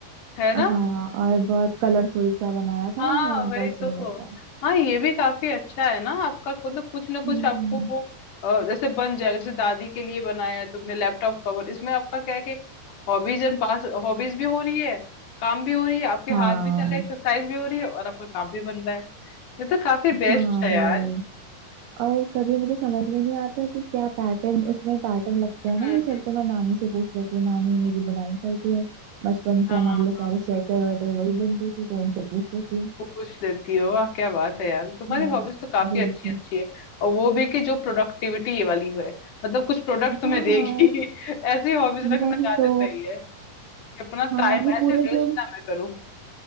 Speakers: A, on the left; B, on the right.
A: है ना
B: हाँ और बहुत कलरफुल सा बनाया था
A: हाँ
B: मैंने
A: वही
B: बहुत सुंदर
A: तो
B: सा
A: हाँ ये भी काफी अच्छा है ना आपका मतलब कुछ ना कुछ
B: हम्म
A: आपको वो अ, जैसे बन जाएगा जैसे दादी के लिए बनाया है तुमने लैपटॉप कवर इसमें आपका क्या है कि हॉबीज एंड पास हॉबीज भी हो रही है काम भी हो रही है आपके
B: हाँ
A: हाथ भी चल रहे हैं एक्सरसाइज भी हो रही है और आपका काम भी बन रहा है ये तो काफी
B: हाँ
A: बेस्ट है
B: वही
A: यार
B: और कभी मुझे समझ में नहीं आता कि क्या पैटर्न उसमें पैटर्न लगता है ना
A: हम्म
B: ये सब तो मैं नानी से पूछ लेती हूँ नानी मेरी बुनाई करती है बचपन से
A: हाँ
B: हमारे लिए सारे स्वेटर वेटर वही बनती थी तो उनसे पूछ लेती हूँ
A: पूछ लेती हो वाह क्या बात है यार तुम्हारी
B: हाँ
A: हॉबीज तो काफी
B: बिल्कुल
A: अच्छी अच्छी है और वो भी कि जो प्रोडक्टिविटी वाली हो मतलब कुछ प्रोडक्ट तुम्हें
B: हाँ
A: देगी
B: यार
A: <laughs> ऐसी हॉबीज रखना
B: वही
A: ज्यादा
B: तो
A: सही कि अपना
B: हाँ
A: टाइम
B: ये
A: ऐसे
B: पूरे दिन
A: वेस्ट ना मैं करूँ